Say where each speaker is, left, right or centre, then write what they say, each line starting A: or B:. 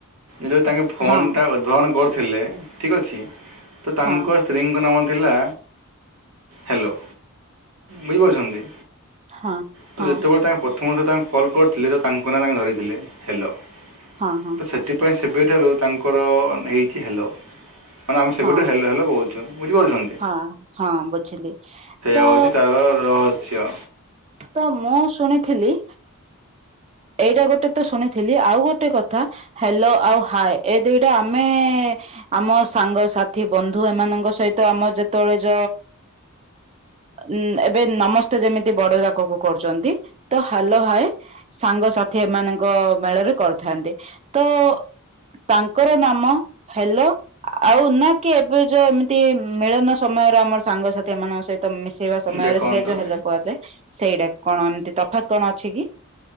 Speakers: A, on the right; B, on the right.
A: ଏ ଯୋଉ ତାଙ୍କେ ଫୋନ
B: ହଁ
A: ଟା ଉଦ୍ଭାବନ କରୁଥିଲେ ଠିକ ଅଛି ତ ତାଙ୍କ
B: ହଁ
A: ସ୍ତ୍ରୀଙ୍କ ନାମ ଥିଲା ହାଲୋ। ବୁଝିପାରୁଚନ୍ତି।
B: ହଁ।
A: ତ
B: ହଁ
A: ଯେତେବେଳେ ତାଙ୍କେ ପ୍ରଥମଥ ତାଙ୍କୁ କଲ୍ କରିୁଥିଲେ ତ ତାଙ୍କୁ ନାଁ ତାଙ୍କେ ଧରିଥିଲେ ହ୍ୟାଲୋ।
B: ହଁ ହଁ।
A: ତ ସେଥିପାଇଁ ସେବେଠାରୁ ତାଙ୍କର ହେଇଚି ହ୍ୟାଲୋ ମାନେ ଆମେ ସେବେଠୁ
B: ହଁ
A: ହେଲୋ ହେଲୋ କୋହୁଚୁ। ବୁଝିପାରୁଚନ୍ତି।
B: ହଁ ହଁ ବୁଝିଲି ତ
A: ହେଉଛି ତା'ର ରହସ୍ୟ।
B: ତ ମୁଁ ଶୁଣିଥିଲି ଏଇଟା ଗୋଟେ ତ ଶୁଣିଥିଲି। ଆଉ ଗୋଟେ କଥା ହେଲୋ ଆଉ ହାଏ ଏ ଦିଟା ଆମେ ଆମ ସାଙ୍ଗସାଥି ବନ୍ଧୁ ଏମାନଙ୍କ ସହିତ ଆମର ଯେତେବେଳେ ଯ ଉଁ ଏବେ ନମସ୍ତେ ଯେମିତି ବଡଯାକକୁ କରୁଚନ୍ତି ତ ହାଲୋ ହାଏ ସାଙ୍ଗସାଥି ଏମାନଙ୍କ ମେଳରେ କରିଥାନ୍ତି। ତ ତାଙ୍କର ନାମ ହେଲୋ ଆଉ ନା କି ଏବେ ଯୋଉ ଏମିତି ମିଳନ ସମୟରେ ଆମର ସାଙ୍ଗସାଥି ଏମାନଙ୍କ ସହିତ ମିଶ ଶିବା ସମୟରେ
A: ଦେଖନ୍ତୁ
B: ସେ ଯୋଉ ହାଲୋ କୁହାଯାଏ ସେଇଟା କଣ ଏମତି ତଫାତ୍ କଣ ଅଛି କି?